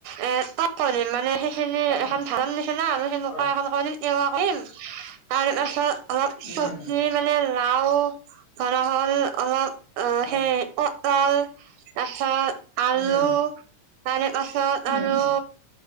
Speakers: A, on the right; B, on the left.
A: এ তক কৰি মানে খিনি এখন
B: অ
A: <unintelligible> নিচিনা আৰু সেনেকুৱা
B: হয়
A: এখন ক তেওঁ কৰিম, তাৰপাছত অলপ
B: উম
A: চৱজি মানে লাও ধৰা হ'ল অলপ অ'
B: উম
A: হে অ <unintelligible> আছাৰ আলু
B: উম
A: তাৰে পাছত
B: উম
A: আৰু